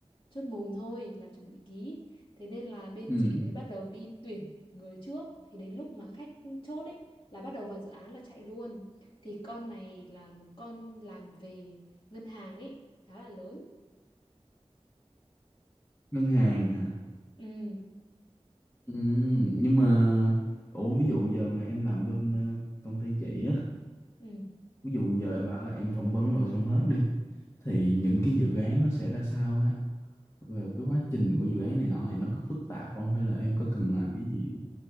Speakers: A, on the left; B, on the left.
A: chốt mồm thôi là chuẩn bị ký thế nên là bên
B: ừ.
A: chị mới bắt đầu đi tuyển người trước thì đến lúc mà khách chốt ấy là bắt đầu vào dự án là chạy luôn thì con này là một con làm về ngân hàng ấy khá là lớn
B: ngân hàng hả
A: ừ
B: ừ. nhưng mà ủa ví dụ giờ mà em làm bên ờ, công ty chị á
A: ừ
B: ví dụ giờ em bảo là em phỏng vấn rồi xong hết đi thì những cái dự án nó sẽ ra sao ha về cái quá trình của dự án này nọ thì nó có phức tạp không hay là em có cần làm cái gì